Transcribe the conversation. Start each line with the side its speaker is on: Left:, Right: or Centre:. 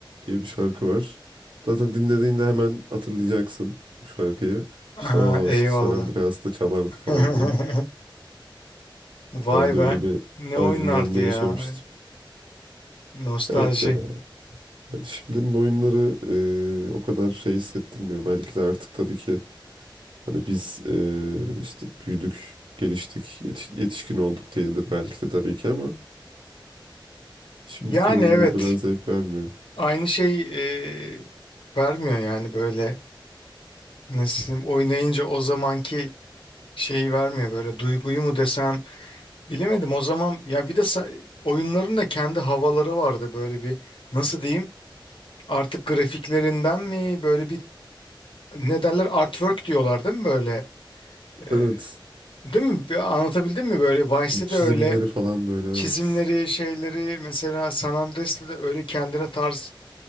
Right: diye bir şarkı var. Zaten dinlediğinde hemen hatırlayacaksın bu şarkıyı.
Left: Aa,
Right: İşte o
Left: eyvallah.
Right: işte San Andreas'ta çalardı
Left: <laughs>
Right: falan diye.
Left: Vay
Right: Ben de
Left: be.
Right: öyle bir
Left: Ne
Right: aydınlanma
Left: oynardı ya.
Right: yaşamıştım.
Left: Nostalji.
Right: Evet ya yani şimdinin oyunları e, o kadar şey hissettirmiyor. Belki de artık tabii ki Hani biz e, işte büyüdük, geliştik, yetiş- yetişkin olduk diyedir belki de tabii ki ama şimdiki
Left: Yani
Right: oyunlar
Left: evet.
Right: o kadar zevk vermiyor.
Left: Aynı şey e, vermiyor yani böyle. Nasıl diyeyim, oynayınca o zamanki şeyi vermiyor böyle. Duyguyu mu desem Bilemedim o zaman ya bir de sa- oyunların da kendi havaları vardı böyle bir nasıl diyeyim artık grafiklerinden mi böyle bir ne derler artwork diyorlar değil mi böyle Ee,
Right: Evet.
Left: değil mi Bir anlatabildim mi böyle Vice'de
Right: Çizimleri
Left: de öyle
Right: falan böyle evet.
Left: çizimleri şeyleri mesela San Andreas'te de öyle kendine tarz